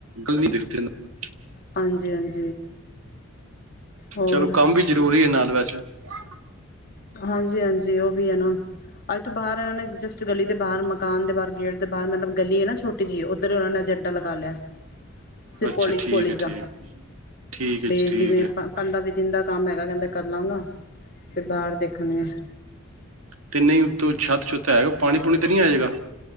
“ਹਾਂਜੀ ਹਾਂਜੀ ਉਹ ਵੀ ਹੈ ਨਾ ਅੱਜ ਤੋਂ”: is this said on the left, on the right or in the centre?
Left